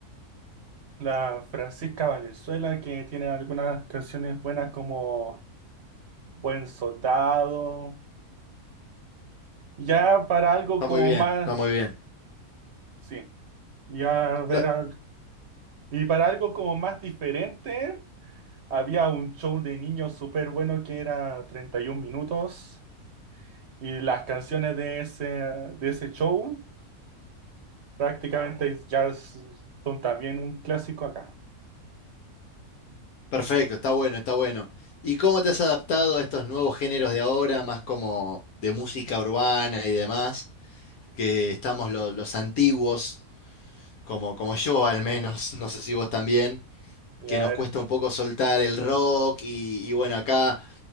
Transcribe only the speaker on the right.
la Francisca Valenzuela, que tiene algunas canciones buenas como Buen Soldado, ya para algo
como
más,
sí, ya ver,
al- y para algo como más diferente. Había un show de niños súper bueno que era 31 minutos y las canciones de ese, de ese show prácticamente ya s- son también un clásico acá.
Sí,
a
ver,